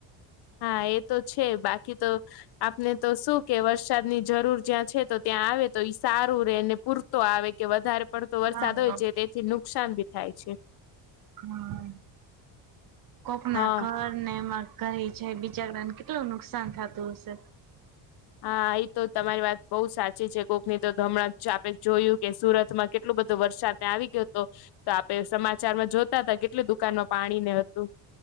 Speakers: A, on the left (about 55°); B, on the right (about 45°).
A: હા એ તો છે બાકી તો આપને તો શું કે વરસાદની જરૂર જ્યાં છે, તો ત્યાં આવે તો ઈ સારું રે ને પૂરતો આવે કે, વધારે પડતો વરસાદ
B: હા
A: હોય છે. જેથી નુકસાન બી થાય છે.
B: હમ, કોકના
A: હા
B: ઘર એમાં કઈ <unintelligible> બિચારાને કેટલું નુકસાન થાતું હશે.
A: હા એ તો તમારી વાત બોવ સાચી છે કોકની તો હમણાં જ આપણે જોયું કે સુરતમાં કેટલો બધો વરસાદને આવી ગયો હતો. તો આપે સમાચારમાં જોતા હતા કેટલી દુકાનમાં પાણી ને હતું.